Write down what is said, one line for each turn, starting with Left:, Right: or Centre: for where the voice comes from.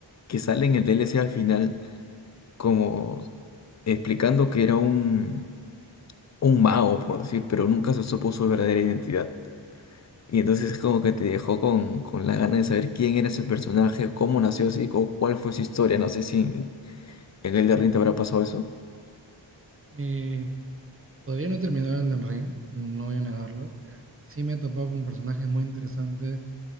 Left: que sale en el DLC al final, como explicando que era un, un mago, por decir, pero nunca se supo su verdadera identidad. Y entonces es como que te dejó con, con la gana de saber quién era ese personaje, cómo nació así, o cuál fue su historia. No sé si en el de Ring te habrá pasado eso.
Right: Eh, todavía no he terminado el Ring, no voy a negarlo. Eh, sí me he topado con personajes muy interesantes.